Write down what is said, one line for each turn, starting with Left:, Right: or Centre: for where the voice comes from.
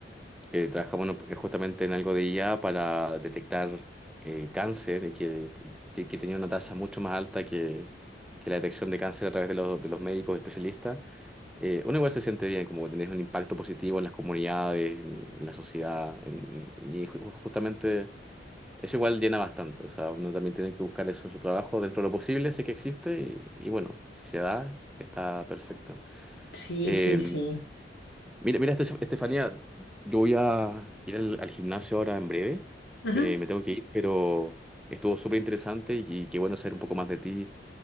Centre: que trabajamos en- un- eh, justamente en algo de IA para detectar eh, cáncer y que, y que tenía una tasa mucho más alta que, que la detección de cáncer a través de los, de los médicos especialistas, eh, uno igual se siente bien, como tener un impacto positivo en las comunidades, en, en la sociedad, en- y ju- justamente... Eso igual llena bastante, o sea, uno también tiene que buscar eso en su trabajo dentro de lo posible, si es que existe, y, y bueno, si se da, está perfecto.
Left: Sí,
Centre: Eh,
Left: sí, sí.
Centre: mira, mira, Estef- Estefanía, yo voy a ir al, al gimnasio ahora en breve,
Left: Ujú,
Centre: eh, me tengo que ir, pero estuvo súper interesante y, y qué bueno saber un poco más de ti